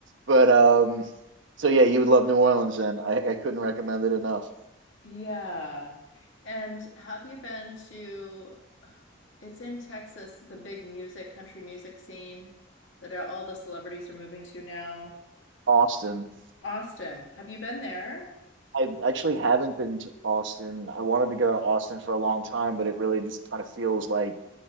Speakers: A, on the right (about 65°); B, on the left (about 70°).
A: but um so yeah you would love new orleans then i, I couldn't recommend it enough
B: Yeah. And have you been to, it's in Texas, the big music, country music scene that all the celebrities are moving to now?
A: austin
B: Austin, have you been there?
A: I actually haven't been to Austin. I wanted to go to Austin for a long time, but it really just kind of feels like